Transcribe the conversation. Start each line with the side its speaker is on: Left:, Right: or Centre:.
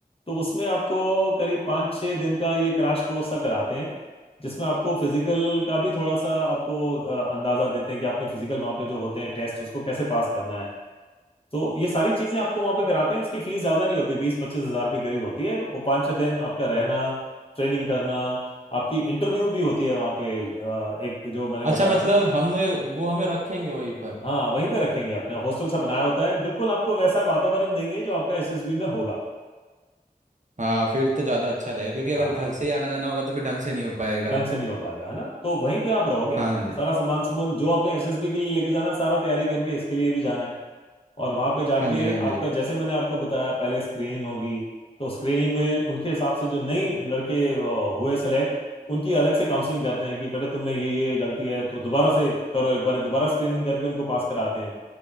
Left: तो उसमें आपको करीब पाँच छः दिन का ये क्रैश कोर्स सा कराते हैं जिसमें आपको फिजिकल का भी थोड़ा सा आपको अ, अंदाजा देते हैं कि आपने फिजिकल वहाँ पे जो होते हैं टेस्ट उसको कैसे पास करना है तो ये सारी चीज़ें आपको वहाँ पे कराते हैं उसकी फीस ज़्यादा नहीं होती बीस पच्चीस हज़ार के करीब होती है वो पाँच छः दिन आपका रहना ट्रेनिंग करना आपकी इंटरव्यू भी होती है वहाँ पे अ, एक जो मैंने
Right: अच्छा
Left: बताया
Right: मतलब
Left: था
Right: हमें वो हमें रखेंगे वहीं पर
Left: हाँ वहीं पे रखेंगे अपने हॉस्टल सा बनाया होता है बिल्कुल आपको वैसा वातावरण देंगे जो आपका एसएसबी में होगा
Right: हाँ फिर तो ज़्यादा अच्छा रहेगा क्योंकि अगर
Left: हाँ
Right: घर से ही आना जाना होगा तो फिर ढंग से नहीं हो पाएगा
Left: ढंग से नहीं हो पाएगा है ना तो वहीं पे आप रहोगे
Right: हाँ जी
Left: सारा सामान सुमन जो आपने एसएसबी के लिए लेके जाना है सारा तैयारी करके इसके लिए भी जाना है और वहां पे जाके
Right: हाँ जी हाँ जी
Left: आपका जैसे मैंने आपको बताया पहले स्क्रीनिंग होगी तो स्क्रीनिंग में उनके हिसाब से जो नई लड़के अ, हुए सेलेक्ट उनकी अलग से काउंसलिंग करते हैं कि बेटा तुम में ये ये गलती है तो दोबारा से करो एक बार दोबारा स्क्रीनिंग करके उनको पास कराते हैं